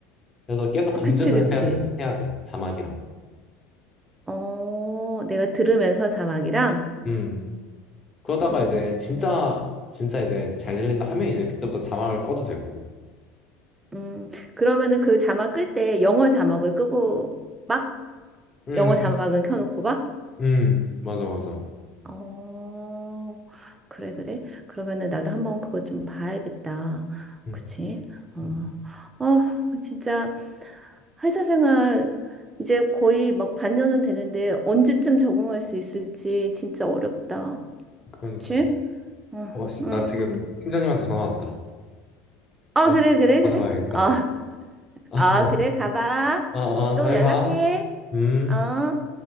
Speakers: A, on the left; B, on the right.
A: 그래서 계속 검증을
B: 그치, 그치.
A: 해야 돼. 해야 돼. 자막이랑.
B: 어, 내가 들으면서 자막이랑,
A: 음. 그러다가
B: 음.
A: 이제 진짜 진짜 이제 잘 들린다 하면 이제 그때부터 자막을 꺼도 되고.
B: 음, 그러면은 그 자막 끌 때 영어 자막을 끄고 막
A: 음.
B: 영어 자막은 켜놓고 막?
A: 음. 맞아 맞아.
B: 어, 그래, 그래. 그러면은 나도 한번 그거 좀 봐야겠다.
A: 음.
B: 그치? 어,
A: 음.
B: 어, 진짜 회사 생활 이제 거의 막 반년은 되는데 언제쯤 적응할 수 있을지 진짜 어렵다.
A: 그러니까.
B: 그치? 어,
A: 어, 씨,
B: 응.
A: 나 지금 팀장님한테 전화 왔다.
B: 아,
A: 예,
B: 그래, 그래,
A: 받으러
B: 그래.
A: 가야겠다.
B: 아,
A: <laughs>
B: 아, 그래, 가봐.
A: 아, 아,
B: 또
A: 다음에
B: 연락해.
A: 봐. 음.
B: 어.